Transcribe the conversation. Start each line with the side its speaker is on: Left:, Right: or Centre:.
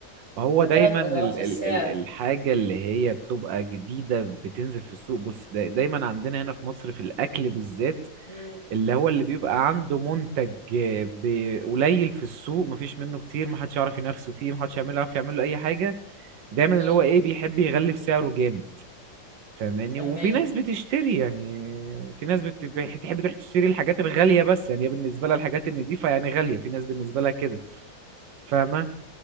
Right: ما هو
Left: انت
Right: دايما
Left: ثلاث اضعاف
Right: ال ال
Left: السعر
Right: ال الحاجه اللي هي بتبقى جديده بتنزل في السوق بص دا دايما عندنا هنا في مصر في الاكل بالذات
Left: امم
Right: اللي هو اللي بيبقى عنده منتج آه، ب- قليل في السوق مفيش منه كتير محدش يعرف ينافسه فيه محدش يعمل يعرف يعمل له اي حاجه دايما
Left: اه
Right: اللي هو ايه بيحب يغلف سعره جامد فاهماني
Left: فاهمه
Right: وفي ناس بتشتري يعني في ناس بت- بتحب تروح تشتري الحاجات الغاليه بس يعني هي بالنسبه لها الحاجات النضيفه يعني غاليه في ناس بالنسبه لها كده فاهمه